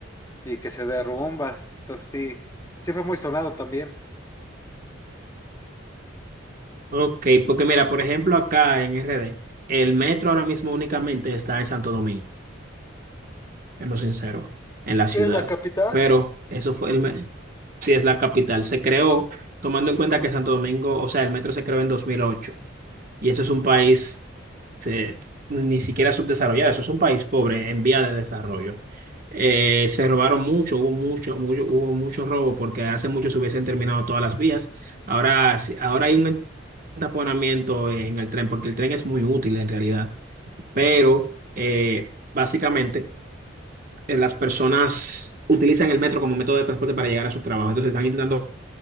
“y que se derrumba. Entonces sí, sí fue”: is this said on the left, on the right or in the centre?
Left